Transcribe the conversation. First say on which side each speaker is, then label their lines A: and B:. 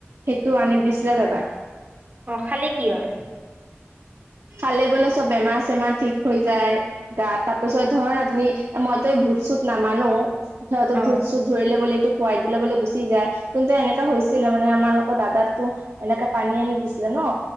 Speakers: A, on the right; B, on the right.
A: হেতু আনি দিছিলে দাদাক।
B: অ খালে কি হয়?
A: খালে বোলে চব বেমাৰ-চেমাৰ ঠিক হৈ যায়, গা তাৰ পিছত ধৰ ৰা তুমি, মইত ভূত-চূত নামানো, সিহঁতৰ
B: অ
A: ভূত-চূত ধৰি ল'বলৈটো খুৱাই দি ল'বলৈ গুচি যায়, কিন্তু এনেকা হৈছিলে মানে আমাৰ লগৰ দাদাতো এনেকা পানী আনি দিছিলে ন